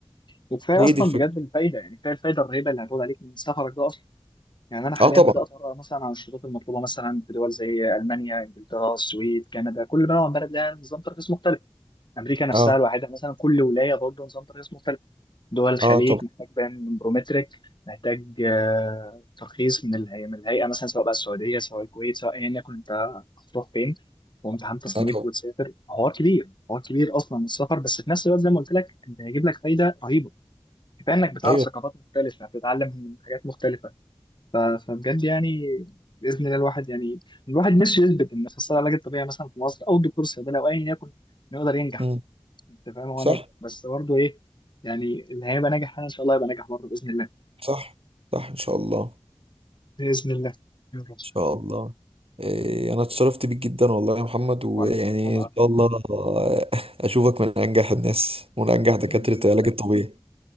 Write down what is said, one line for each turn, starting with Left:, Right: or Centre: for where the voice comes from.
Left: وكفايه
Right: هي
Left: اصلا
Right: دي الفكرة
Left: بجد الفايده يعني كفايه الفايده الرهيبه اللي هتقول عليك من سفرك ده يعني انا حاليا
Right: اه طبعا
Left: بدات اقرا مثلا عن الشروط المطلوبه مثلا في دول زي المانيا انجلترا السويد كندا كل بلد عن بلد لها نظام ترخيص مختلف امريكا نفسها
Right: اه
Left: الواحده مثلا كل ولايه برضه نظام ترخيص مختلف دول الخليج
Right: اه طبعا
Left: محتاج بيان برومتريك محتاج آه، ترخيص من الهيئه من الهيئه مثلا سواء بقى السعوديه سواء الكويت سواء ايا يكن انت هتروح فين وامتحان تصنيف
Right: اه طبعا
Left: وتسافر حوار كبير حوار كبير اصلا السفر بس في نفس الوقت زي ما قلت لك انت هيجيب لك فايده رهيبه كفايه انك بتعرف
Right: ايوه
Left: ثقافات مختلفه بتتعلم من حاجات مختلفه ف- فبجد يعني باذن الله الواحد يعني الواحد نفسه يثبت ان اخصائي العلاج الطبيعي مثلا في مصر او الدكتور الصيدلي او ايا يكن إنه يقدر ينجح
Right: مم.
Left: انت فاهم هو
Right: صح
Left: ناجح بس برضه ايه يعني اللي هيبقى ناجح انا ان شاء الله يبقى ناجح برضه باذن الله
Right: صح صح ان شاء الله ان
Left: باذن الله يا رب
Right: شاء الله إيه، انا اتشرفت بيك جدا والله يا محمد ويعني
Left: وانا وانا
Right: ان
Left: اكتر
Right: شاء الله <laughs> اشوفك من انجح الناس ومن انجح دكاترة
Left: باذن
Right: العلاج
Left: الله
Right: الطبيعي